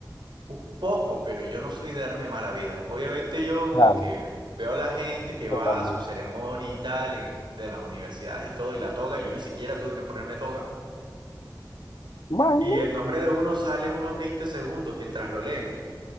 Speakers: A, on the right; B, on the left.
A: Un poco, pero yo no soy de darme mala vida. Obviamente yo como
B: Claro,
A: que veo a la gente que
B: totalmente.
A: va a su ceremonia y tal, eh, de las universidades y todo, y la toga, yo ni siquiera tuve que ponerme toga.
B: Bueno,
A: Y el nombre de uno sale unos 20 segundos mientras lo leen.